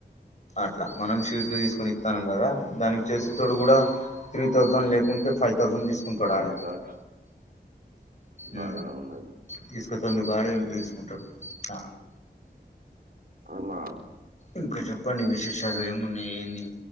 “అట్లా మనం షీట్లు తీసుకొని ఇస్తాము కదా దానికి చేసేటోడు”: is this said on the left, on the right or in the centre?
Left